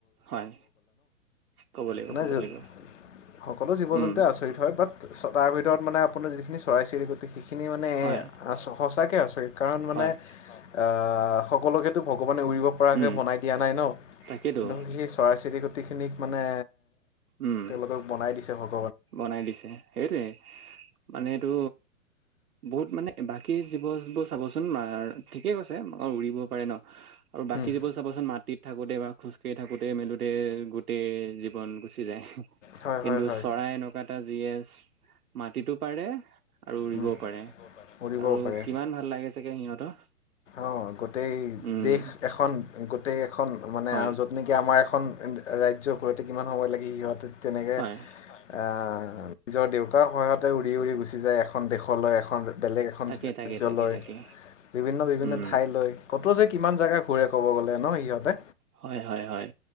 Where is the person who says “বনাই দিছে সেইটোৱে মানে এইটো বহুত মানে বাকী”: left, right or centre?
Right